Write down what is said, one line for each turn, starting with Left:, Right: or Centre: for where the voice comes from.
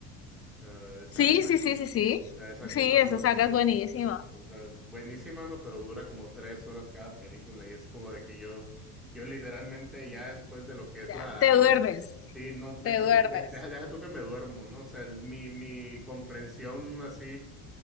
Centre: sea, esa,
Left: Sí,
Centre: esa,
Left: sí, sí,
Centre: eh,
Left: sí, sí.
Centre: o esa
Left: Sí,
Centre: cosa dura,
Left: esa
Centre: o
Left: saga
Centre: sea, o
Left: es buenísima.
Centre: sea, es buenísima, ¿no? Pero dura como tres horas cada película y es como de que yo, yo literalmente ya después de lo que es
Left: Ya,
Centre: la,
Left: te duermes,
Centre: la, sí, no, deja
Left: te duermes
Centre: tú, que- de- deja, deja tú que me duermo, ¿no? O sea, el- mi, mi comprensión así